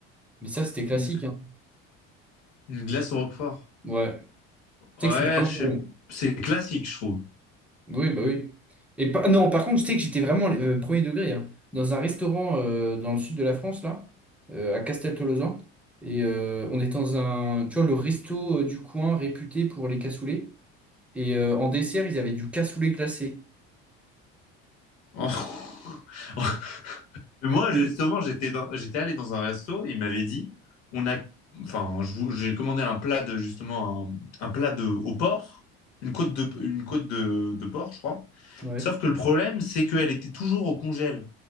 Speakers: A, in the centre; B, on the left (about 65°).
A: mais ça, c'était classique.
B: Une,
A: hein.
B: une glace au roquefort.
A: Ouais. Tu
B: Ouais,
A: sais que c'est vraiment
B: je
A: bon.
B: sais- c'est classique, je trouve.
A: Oui, bah oui. Et pas non, par contre, tu sais que j'étais vraiment euh, premier degré. hein. Dans un restaurant euh, dans le sud de la France, là, euh, à Casteltolosan. Et euh, on était dans un, tu vois, le resto euh, du coin réputé pour les cassoulets. Et euh, en dessert, ils avaient du cassoulet glacé.
B: <laughs> En, Moi,
A: Oui.
B: justement, j'étais dans- j'étais allé dans un resto, il m'avait dit, on a, enfin, je vous- j'ai commandé un plat de, justement, un, un plat de, au porc, une côte de, une côte de, de porc, je crois.
A: Ouais.
B: Sauf que le problème, c'est qu'elle était toujours au congèle.